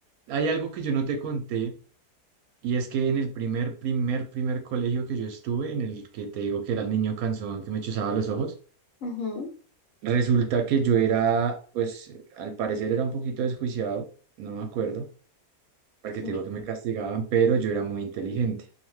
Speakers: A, on the right (about 75°); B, on the left (about 60°).
A: Hay algo que yo no te conté, y es que en el primer, primer, primer colegio que yo estuve, en el que te digo que era el niño cansón que me chuzaba los ojos,
B: <laughs> Ujú,
A: Resulta que yo era, pues, al parecer era un poquito desjuiciado, no me acuerdo, porque
B: sí.
A: te digo que me castigaban, pero yo era muy inteligente.